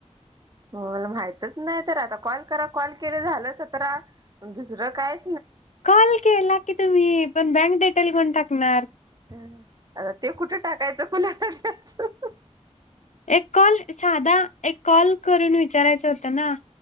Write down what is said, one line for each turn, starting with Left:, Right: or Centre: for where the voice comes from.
Right: मला माहितच नाही, तर आता कॉल करा कॉल केलं झालं सतरा अन् दुसरं काय?
Left: कॉल केला, की तुम्ही पण बँक डिटेल कोण टाकणार?
Right: ह आता ते कुठं टाकायचं कुणाला द्यायचं?
Left: एक कॉल साधा एक कॉल करून विचारायचा होत. त ना.